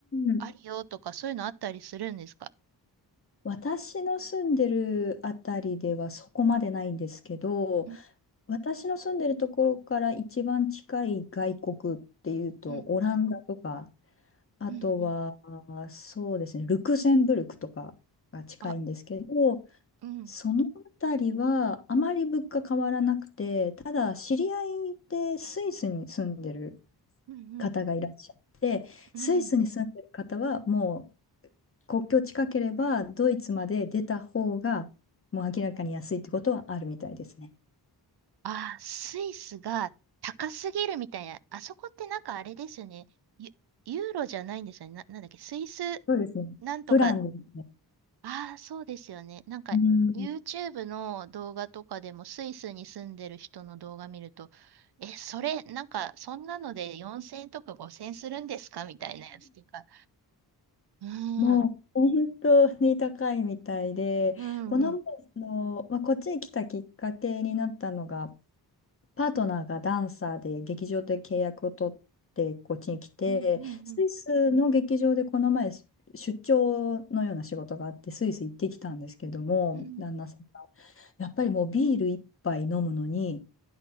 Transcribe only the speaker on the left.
ん
私の住んでるあたりではそこまでないんですけど、
私の住んでるところから一番近い外国っていうと、
オランダとか、あとは、
そうですね、ルクセンブルクとかが近いんですけど、
そのあたりはあまり物価変わらなくて、ただ知り合いでスイスに住んでる
方がいらっしゃる。
スイスに住んでる方はもう国境近ければドイツまで出た方がもう明らかに安いってことはあるみたいですね。
そうですね。
プランですね。
うん。
もう本当に高いみたいで、
この前、
その、まあ、こっちに来たきっかけになったのが、パートナーがダンサーで劇場で契約を取ってこっちに来て、
スイスの劇場でこの前出張のような仕事があってスイス行ってきたんですけども、
旦那さんがやっぱりもうビール一杯飲むのに